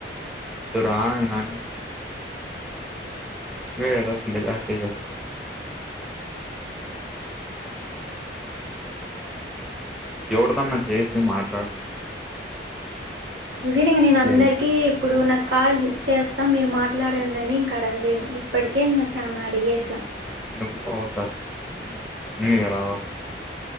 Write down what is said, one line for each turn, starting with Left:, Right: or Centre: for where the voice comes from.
Centre: వద్దురా నాయన అని చెప్ నువ్వే కదా పిల్ల చేష్టలు చేస్తాం అన్ ఎవరితో అన్న చేసి మాట్లాడు నువ్
Right: అంతెనె ఇంగ నేను అందరికి
Centre: చే
Right: ఇప్పుడు నాక్ కాల్ చేస్తా మీరు మాట్లాడండి అని ఇంక అడగలేను ఇప్పటికే ఇంగ చానా అడిగేసా.
Centre: నువ్వు అవకాశం ఇవ్వు మీ ఆవ్